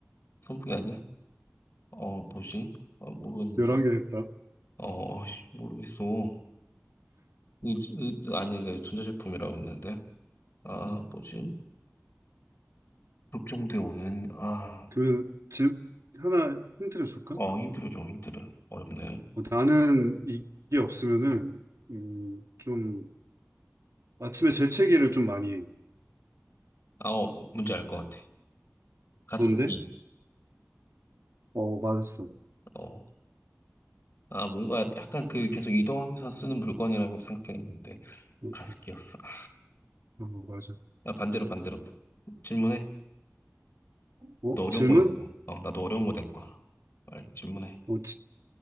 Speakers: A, on the left; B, on the right.
A: 선풍기 아니야? 어, 뭐지? 어, 모르겠는데.
B: 11개 했다.
A: 어, 아이씨, 모르겠어. 이, 이, 아니데 전자제품이라고 했는데. 아,
B: 음,
A: 뭐지? 급종대 오는, 아,
B: 그, 질, 하나 힌트를 줄까?
A: 어, 힘들어, 좀 힘들어. 어렵네.
B: 어, 나는 이게 없으면은, 음, 좀, 아침에 재채기를 좀 많이 해.
A: 아, 어, 뭐, 뭔지 알 것 같아. 가습기.
B: 뭔데? 어, 맞았어.
A: 어, 아, 뭔가 약간 그 계속 이동하면서 쓰는 물건이라고 생각했는데,
B: 어,
A: 가습기였어. 아,
B: 어, 맞아.
A: 나 반대로, 반대로. 질문해.
B: 어,
A: 너 어려운
B: 질문?
A: 거 낼 거야. 어, 나도 어려운 거 낼 거야. 빨리 질문해.
B: 어, 지-